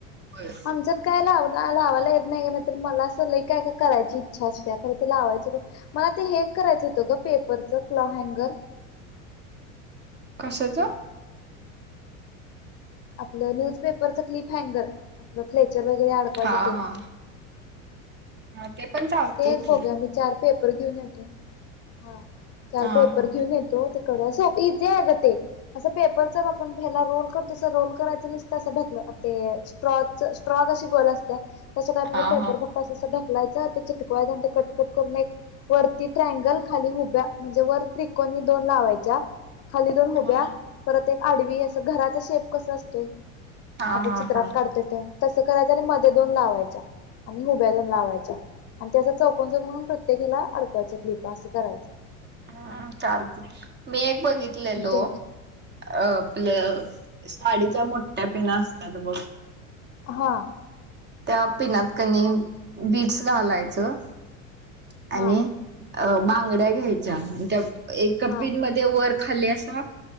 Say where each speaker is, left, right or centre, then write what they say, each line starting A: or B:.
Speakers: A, on the right (about 25°); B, on the left (about 40°).
A: होय.
B: याच्यात काय लाव लावायला येत नाही ग नाही तर मला असं लय काय, काय करायची इच्छा असतेया कारण ते लावायचं. मला ते हे करायचं होतं ग पेपरचं क्लॉ हँगर.
A: कशाच.
B: आपलं न्यूजपेपरचं क्लिप हँगर, आपलं क्लेचर वगैरे अडकवायच
A: हा
B: ते.
A: हा हा ते पण चालते.
B: ते एक
A: की
B: बघूया मी चार पेपर घेऊन येतो हा चार
A: हा
B: पेपर
A: हा
B: घेऊन येतो. <unintelligible> असं पेपरचा आपण हेला रोल करतोय तस रोल करायच नसतं असं ढकलं ते. स्ट्रॉ कशी गोल असत्या तस
A: हा
B: पेपर
A: हा
B: फक्त अस ढकलायच. ते चिटकवाय कटकट करून एक. वरती ट्रागल खाली हुब्या म्हणजे वर त्रिकोणी दोन लावायच्या. खाली दोन उभ्या
A: हा
B: परत एक आडवी असं घराचा शेप कसा असतोय.
A: हा
B: आपण चित्रात
A: हा
B: काढतोय ते तसं करायचं आणि मध्ये दोन लावायच्या, आणि हुब्या दोन लावायच्या. आणि ते असं चौकन जोडुन प्रत्येकीला अडकवायच्या क्लिपा असं करायचं.
A: हा चालतंय, मी एक बघितलेलो.
B: ते
A: अ आपलं, साडीच्या मोठ्या पिना असतात बघ,
B: हां.
A: त्या पिण्यात कनी बीट्स घालायचं, आणि
B: हा
A: अ बांगड्या घ्यायच्या, त्या एक
B: हा
A: पिनमध्ये ते वर खाली असं,